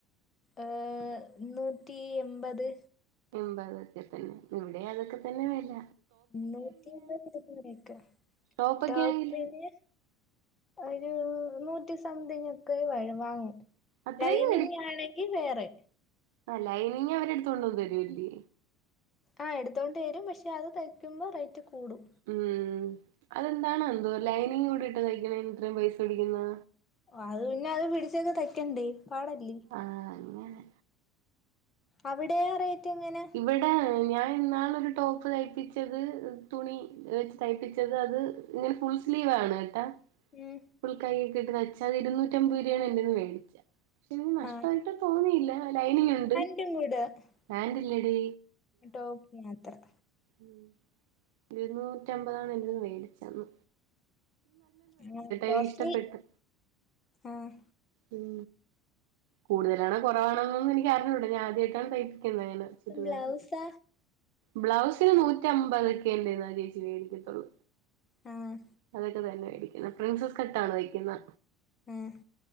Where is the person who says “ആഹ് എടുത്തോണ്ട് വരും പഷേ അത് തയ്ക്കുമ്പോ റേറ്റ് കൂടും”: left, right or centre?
Left